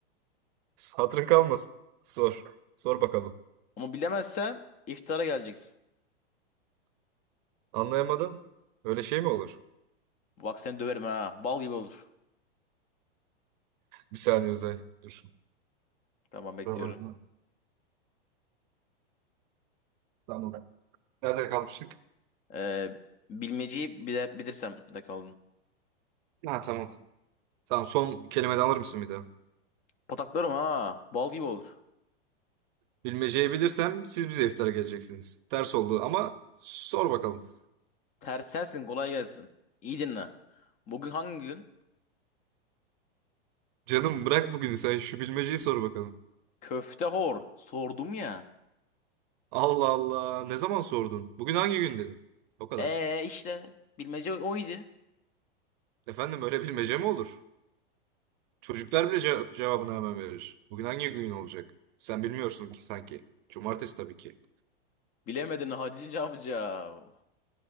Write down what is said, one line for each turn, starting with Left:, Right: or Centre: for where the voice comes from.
Right: Hatırın kalmasın. Sor. Sor bakalım.
Left: Ama bilemezsen iftara geleceksin.
Right: Anlayamadım. Öyle şey mi olur?
Left: Bak seni döverim ha. Bal gibi olur.
Right: Bir saniye Uzay. Dur.
Left: Tamam
Right: Kusura
Left: bekliyorum.
Right: bakma. Tamam. Nerede kalmıştık?
Left: Ee, bilmeceyi bile bilirsem de kaldım.
Right: Ha tamam. Tamam son kelime de alır mısın bir daha?
Left: Pataklarım ha. Bal gibi olur.
Right: Bilmeceyi bilirsem siz bize iftara geleceksiniz. Ters oldu ama sor bakalım.
Left: Ters sensin kolay gelsin. İyi dinle. Bugün hangi gün?
Right: Canım bırak bugünü sen şu bilmeceyi sor bakalım.
Left: Köfte hor. Sordum ya.
Right: Allah Allah ne zaman sordun? Bugün hangi gün dedin? O kadar.
Left: Ee işte. Bilmece oydu.
Right: Efendim öyle bilmece mi olur? Çocuklar bile ce- cevabını hemen verir. Bugün hangi gün olacak? Sen bilmiyorsun ki sanki. Cumartesi tabii ki.
Left: Bilemedin Hacı Cavcav.